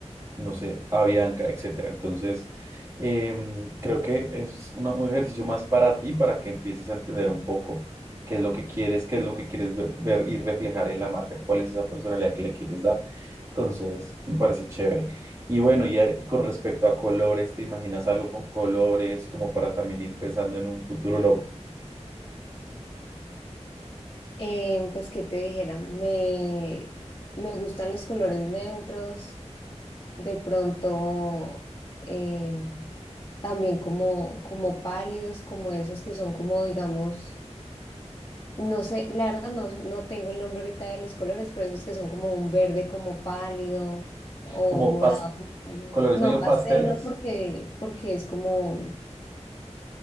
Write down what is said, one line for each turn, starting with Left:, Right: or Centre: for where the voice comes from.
Right: no sé, Avianca, etcétera. Entonces, em, creo que es una- un ejercicio más para ti, para que empieces a entender un poco qué es lo que quieres, qué es lo que quieres ver, ver y reflejar en la marca, cuál es esa personalidad que le quieres dar. Entonces, me parece chévere. Y bueno, y, y con respecto a colores, ¿te imaginas algo con colores, como para también ir pensando en un futuro logo?
Left: Eh, pues qué te dijera, me, me gustan los colores neutros, de pronto eh, también como, como pálidos, como esos que son como digamos, no sé, la verdad no, no tengo el nombre ahorita de los colores, pero esos que son como un verde como pálido o
Right: Como
Left: morado
Right: pas-
Left: como pálido.
Right: colores
Left: No,
Right: medio
Left: pastel
Right: pasteles.
Left: no, porque, porque es como